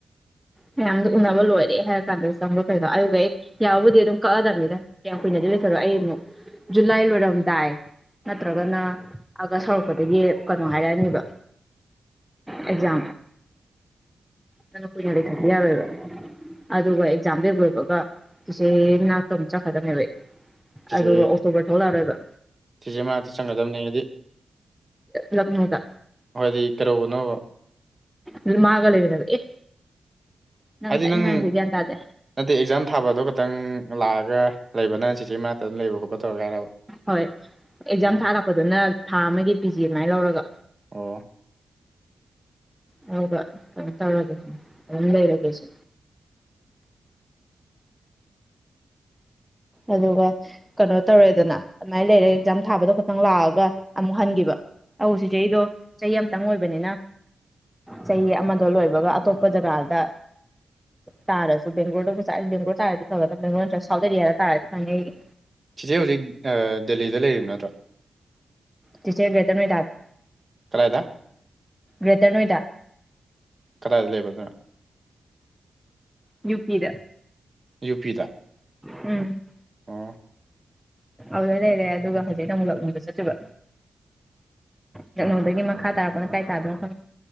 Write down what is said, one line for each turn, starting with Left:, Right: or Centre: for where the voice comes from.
Centre: ꯃꯌꯥꯝꯗꯣ ꯎꯅꯕ ꯂꯣꯏꯔꯦ ꯍꯥꯏꯔ ꯀꯥꯟꯗ ꯆꯪꯕ꯭ꯔꯣ ꯀꯩꯅꯣ ꯑꯗꯨꯒ ꯍꯦꯛ ꯌꯥꯔꯕꯨꯗꯤ ꯑꯗꯨꯝ ꯀꯛꯑꯗꯕꯅꯤꯅ ꯀꯌꯥꯝ ꯀꯨꯏꯅꯗꯤ ꯂꯩꯊꯔꯣꯏ ꯑꯩ ꯑꯃꯨꯛ ꯖꯨꯂꯥꯏ ꯂꯣꯏꯔꯝꯗꯥꯏ ꯅꯠꯇ꯭ꯔꯒꯅ ꯑꯒꯁ ꯍꯧꯛꯄꯗꯒꯤ ꯀꯩꯅꯣ ꯍꯥꯏꯔꯛꯑꯅꯤꯕ ꯑꯦꯛꯖꯥ ꯑꯗꯨꯅ ꯀꯨꯏꯅ ꯂꯩꯊꯕ ꯌꯥꯔꯣꯏꯕ ꯑꯗꯨꯒ ꯑꯦꯛꯖꯥꯝꯗꯣ ꯍꯦꯛ ꯂꯣꯏꯕꯒ ꯆꯤꯆꯦꯒꯤ ꯃꯅꯥꯛꯇ ꯑꯃꯨꯛ ꯆꯠꯈ꯭ꯔꯗꯕꯅꯦꯕ ꯑꯩ
Right: ꯆꯤꯆꯦ
Centre: ꯑꯗꯨꯒ ꯑꯣꯛꯇꯣꯕꯔ ꯊꯣꯛꯂꯛꯑꯔꯣꯏꯕ
Right: ꯆꯤꯆꯦ ꯃꯅꯥꯛꯇ ꯆꯪꯒ꯭ꯔꯗꯕꯅꯦ ꯍꯥꯏꯗꯤ
Centre: ꯂꯛꯅꯦꯕꯥ
Right: ꯍꯥꯏꯗꯤ ꯀꯩꯗꯧꯕꯅꯣꯕ
Centre: ꯑꯗꯨ ꯃꯥꯒ ꯂꯩꯃꯤꯟꯅꯕ ꯑꯦ ꯅꯪꯁꯦ
Right: ꯍꯥꯏꯗꯤ
Centre: ꯑꯩꯅ
Right: ꯅꯪ
Centre: ꯉꯥꯡꯉꯤꯁꯦ ꯒ꯭ꯌꯥꯟ ꯇꯗꯦ
Right: ꯅꯠꯇꯦ ꯑꯦꯛꯖꯥꯝ ꯊꯥꯕꯗꯣ ꯈꯛꯇꯪ ꯂꯥꯛꯑꯒ ꯂꯩꯕꯅ ꯆꯤꯆꯦ ꯃꯅꯥꯛꯇ ꯑꯗꯨꯝ ꯂꯩꯕ ꯈꯣꯠꯄ ꯇꯧꯔꯒꯦ ꯍꯥꯏꯔꯕ
Centre: ꯍꯣꯏ ꯑꯦꯛꯖꯥꯝ
Right: ꯑꯣ
Centre: ꯊꯥ ꯂꯥꯛꯄꯗꯅ ꯊꯥ ꯑꯃꯒꯤ ꯄꯤ ꯖꯤ ꯑꯗꯨꯃꯥꯏꯅ ꯂꯧꯔꯒ
Right: ꯑꯣ
Centre: ꯍꯥꯏꯕ ꯗꯨꯃꯥꯏ ꯇꯧꯔꯒꯦ ꯗꯨꯝ ꯂꯩꯒꯦ ꯑꯩꯁꯨ ꯑꯗꯨꯒ ꯀꯩꯅꯣ ꯇꯧꯔꯦꯗꯅ ꯑꯗꯨꯃꯥꯏꯅ ꯂꯩꯔꯦ ꯑꯦꯛꯖꯥꯝ ꯊꯥꯕꯗꯣ ꯈꯇꯪ ꯂꯥꯛꯑꯒ ꯑꯃꯨꯛ ꯍꯟꯈꯤꯕ ꯑꯧ ꯆꯤꯆꯦꯒꯤꯗꯣ ꯆꯍꯤ ꯑꯃꯇꯪ ꯑꯣꯏꯕꯅꯤꯅ ꯆꯍꯤ ꯑꯃꯗꯣ ꯂꯣꯏꯕꯒ ꯑꯇꯣꯞꯄ ꯖꯒꯥꯗ ꯇꯥꯔꯁꯨ ꯕꯦꯡꯒ꯭ꯂꯣꯔꯗ ꯕꯦꯡꯒ꯭ꯂꯣꯔ ꯇꯥꯔꯗꯤ ꯐꯒꯗꯕꯅꯦ ꯕꯦꯡꯒ꯭ꯂꯣꯔ ꯅꯠꯇ꯭ꯔ ꯁꯥꯎꯠ ꯑꯦꯔꯤꯌꯥ ꯇꯥꯔꯗꯤ ꯐꯅꯤ ꯑꯩꯒꯤ
Right: ꯆꯤꯆꯦ ꯍꯧꯖꯤꯛ ꯑ ꯗꯦꯜꯂꯤꯗ ꯂꯩꯔꯤꯕ ꯅꯠꯇ꯭ꯔꯣ
Centre: ꯆꯤꯆꯦ ꯒ꯭ꯔꯦꯇꯔ ꯅꯣꯏꯗꯥꯗ
Right: ꯀꯔꯥꯏꯗ
Centre: ꯔꯦꯇꯔ ꯅꯣꯏꯗꯥ
Right: ꯀꯗꯥꯏꯗ ꯂꯩꯕ ꯑꯗꯨꯅ
Centre: ꯌꯨ ꯄꯤꯗ
Right: ꯌꯨ ꯄꯤꯗ
Centre: ꯎꯝ
Right: ꯑꯣ
Centre: ꯑꯗꯨꯗ ꯂꯩꯔꯦ ꯑꯗꯨꯒ ꯍꯧꯖꯤꯛꯅ ꯑꯃꯨꯛ ꯂꯛꯅꯨꯡꯗ ꯆꯠꯇꯣꯏꯕ ꯂꯛꯅꯨꯗꯒꯤ ꯃꯈꯥ ꯇꯥꯔꯛꯄꯅ ꯀꯥꯏ ꯇꯥꯗꯅꯣ ꯈꯪꯗꯦ